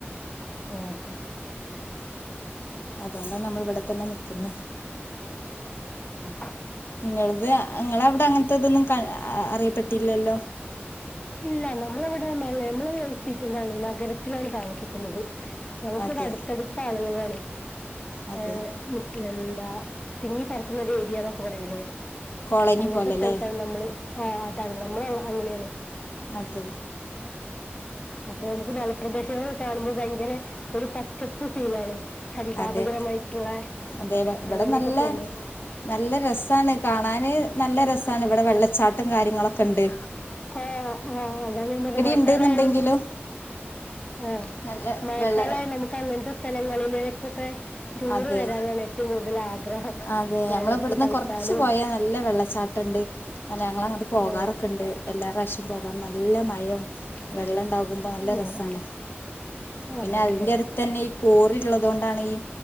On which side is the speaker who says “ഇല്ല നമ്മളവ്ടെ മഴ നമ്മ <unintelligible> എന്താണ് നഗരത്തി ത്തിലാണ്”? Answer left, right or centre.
Left